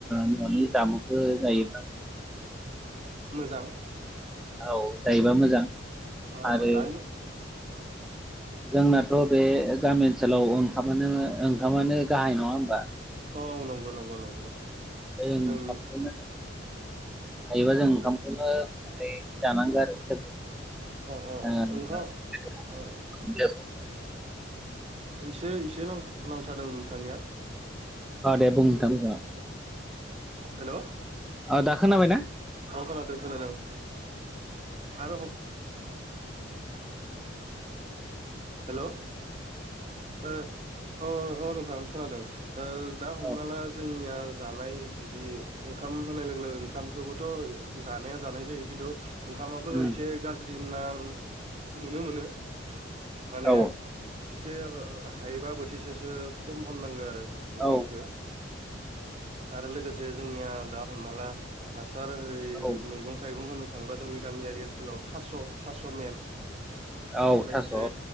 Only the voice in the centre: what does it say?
न'नि जामुं जायोबा
औ जायोबा मोजां
आरो
<inaudible> जोंनाथ' बे गामि ओनसोलाव ओंखामानो ओंखामानो गाहाय नङा होमबा।
बे ओंखामखौनो
हायोबा जों ओंखामखौनो जानांगौ आरो सोर
<inaudible>
ओ दे बुं नोंथां बुं।
दा खोनाबायना
औ
उम
औ
औ
औ
औ
थास' औ